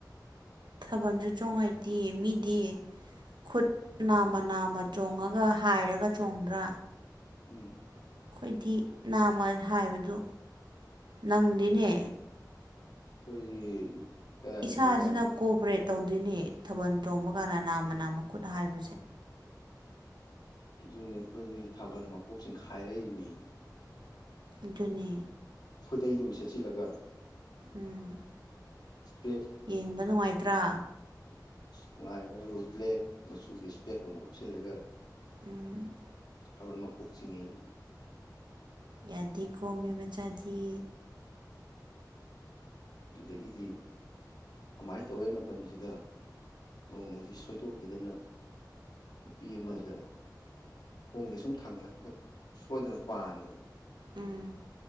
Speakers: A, on the right; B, on the left.
A: ꯊꯥꯕꯜꯁꯨ ꯆꯣꯡꯉꯥꯏꯇꯦꯌꯦ ꯃꯤꯗꯤꯌꯦ ꯈꯨꯠ ꯅꯥꯝꯃ ꯅꯥꯝꯃ ꯆꯣꯡꯉꯒ ꯍꯥꯏꯔꯒ ꯆꯣꯡꯗ꯭ꯔꯥ
B: ꯎꯝ
A: ꯑꯩꯈꯣꯏꯗꯤ ꯅꯥꯝꯃ ꯍꯥꯏꯕꯗꯨ ꯅꯪꯗꯤꯅꯦ
B: ꯑꯩꯈꯣꯏꯗꯤ ꯀꯗꯥꯥꯏ
A: ꯏꯁꯥꯁꯤꯅ
B: ꯋꯥꯅꯣꯕ
A: ꯀꯣꯑꯣꯄꯔꯦꯠ ꯇꯧꯗꯣꯏꯅꯦ ꯊꯥꯕꯜ ꯆꯣꯡꯕ ꯀꯥꯟꯗ ꯅꯥꯝꯃ ꯅꯥꯝ ꯃꯈꯨꯠ ꯍꯥꯏꯕꯁꯦ
B: ꯑꯗꯨꯅꯦ ꯑꯩꯈꯣꯏ ꯊꯥꯕꯜ ꯃꯀꯣꯛꯁꯤꯡ ꯈꯥꯏꯔꯛꯏꯕꯅꯤ
A: ꯑꯗꯨꯅꯦ
B: ꯈꯨꯗꯩꯗꯨꯝ ꯁꯦꯠꯆꯤꯜꯂꯒ
A: ꯎꯝ
B: ꯏꯁꯄꯦꯛ
A: ꯌꯦꯡꯕ ꯅꯨꯡꯉꯥꯏꯇ꯭ꯔꯥ
B: ꯅꯨꯡꯉꯥꯏꯕ ꯍꯥꯏꯕ ꯕ꯭ꯂꯦꯛ ꯃꯆꯨꯒꯤ ꯏꯁꯄꯦꯛ ꯑꯃ ꯎꯞꯁꯤꯜꯂꯒ
A: ꯎꯝ
B: ꯈꯕꯜ ꯃꯥ ꯀꯣꯛꯣꯛ ꯆꯤꯡꯩꯅꯦ
A: ꯌꯥꯗꯦ ꯀꯣꯃꯤ ꯃꯆꯥꯗꯤ
B: ꯑꯗꯨꯗꯒꯤꯗꯤ ꯀꯃꯥꯏꯅ ꯇꯧꯏ ꯃꯇꯝꯁꯤꯗ ꯅꯣꯡꯃꯁꯤ ꯁꯣꯏꯗꯣꯛꯄꯤꯗꯅ ꯅꯨꯄꯤ ꯑꯃꯗ ꯈꯣꯡꯁꯦ ꯁꯨꯝ ꯊꯥꯡꯒꯠꯂꯛꯄꯗ ꯁꯣꯏꯗꯅ ꯄꯥꯟꯈ꯭ꯔꯕ
A: ꯎꯝ